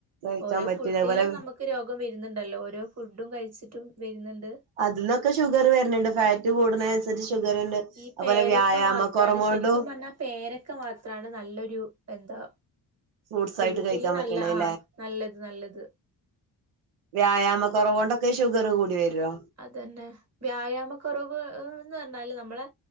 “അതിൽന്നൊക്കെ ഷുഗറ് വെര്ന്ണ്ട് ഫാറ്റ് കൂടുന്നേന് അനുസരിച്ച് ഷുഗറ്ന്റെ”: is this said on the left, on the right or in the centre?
Right